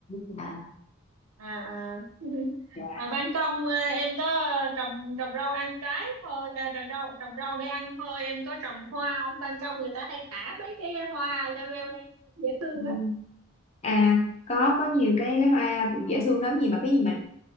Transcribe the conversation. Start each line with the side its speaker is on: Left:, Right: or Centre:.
Left: mà
Right: à, à. <laughs>
Left: dạ.
Right: mà ban công ờ, em có ờ, trồng trồng rau ăn trái thôi à, trồng rau trồng rau để ăn thôi em có trồng hoa không ban công người ta hay thả mấy cái hoa leo leo lên dễ thương
Left: Ừ.
Right: á
Left: à có có nhiều cái cái hoa cũng dễ thương lắm gì mà cái gì mình